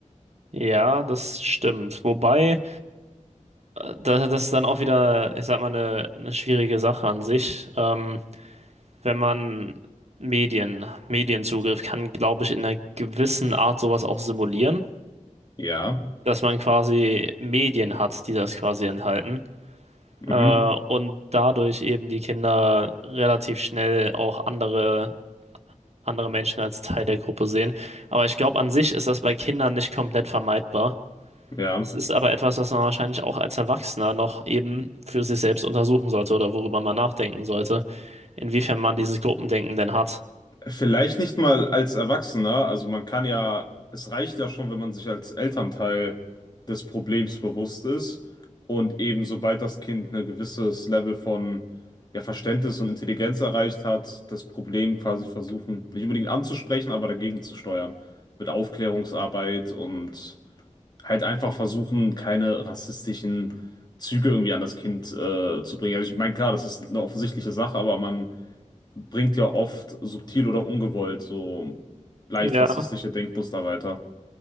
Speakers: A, on the right (about 55°); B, on the left (about 30°).
A: Ja, das stimmt. Wobei, äh, da- das ist dann auch wieder, ich sag mal, eine, eine schwierige Sache an sich. Ähm, wenn man Medien, Medienzugriff kann, glaube ich, in einer gewissen Art sowas auch simulieren,
B: Ja.
A: dass man quasi Medien hat, die das quasi enthalten.
B: Mhm.
A: Äh, und dadurch eben die Kinder relativ schnell auch andere, andere Menschen als Teil der Gruppe sehen. Aber ich glaube, an sich ist das bei Kindern nicht komplett vermeidbar.
B: Ja.
A: Es ist aber etwas, was man wahrscheinlich auch als Erwachsener noch eben für sich selbst untersuchen sollte oder worüber man nachdenken sollte, inwiefern man dieses Gruppendenken denn hat.
B: Vielleicht nicht mal als Erwachsener, also man kann ja, es reicht ja schon, wenn man sich als Elternteil des Problems bewusst ist und eben sobald das Kind ein gewisses Level von ja, Verständnis und Intelligenz erreicht hat, das Problem quasi versuchen, nicht unbedingt anzusprechen, aber dagegen zu steuern. Mit Aufklärungsarbeit und halt einfach versuchen, keine rassistischen Züge irgendwie an das Kind äh, zu bringen. Also ich meine, klar, das ist eine offensichtliche Sache, aber man bringt ja oft subtil oder ungewollt so leicht
A: Ja.
B: rassistische Denkmuster weiter.